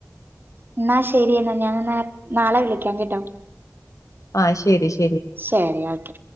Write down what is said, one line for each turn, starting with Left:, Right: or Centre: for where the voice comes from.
Right: എന്നാ ശെരി എന്നാ ഞാനെന്നാ നാളെ വിളികാം കേട്ടോ-
Left: ആ ശെരി ശെ
Right: ശെരി ഓക്കെ